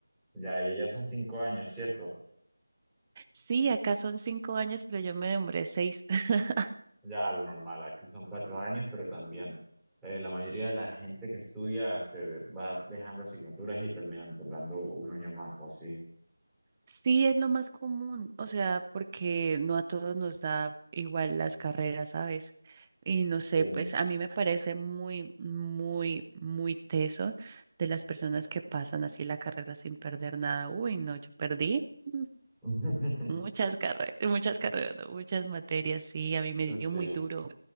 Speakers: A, in the centre; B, on the right.
A: Ya, y ya son cinco años, ¿cierto?
B: Sí, acá son cinco años, pero yo me demoré seis. <laughs>
A: Ya lo normal, aquí son cuatro años, pero también eh, la mayoría de la gente que estudia se va dejando asignaturas y terminan tardando un año más o así.
B: Sí, es lo más común, o sea, porque no a todos nos da igual las carreras, ¿sabes? Y no sé,
A: Sí,
B: pues a mí me parece muy, muy, muy teso de las personas que pasan así la carrera sin perder nada. Uy, no, yo perdí mm,
A: <laughs>
B: muchas carreras, muchas carreras, no, muchas materias, sí, a mí me
A: Sí,
B: dio muy duro,